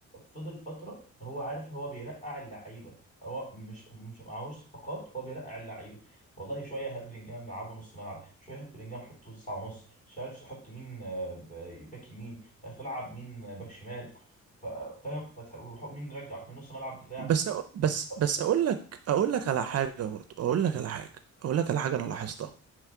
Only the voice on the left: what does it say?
فضل فترة هو عارف هو بيرقع اللعيبة هو مش مش معهوش صفقات فهو بيرقع اللعيبه والله شويه هات بلينجهام لعبه نص ملعب شويه هات بلينجهام حطه تسعة ونص مش عارف حط مين آه، ب- باك يمين مش عارف العب مين آه، باك شمال ف- فاهم فتح وح- مين رجع في نص ملعب دفاع
ف-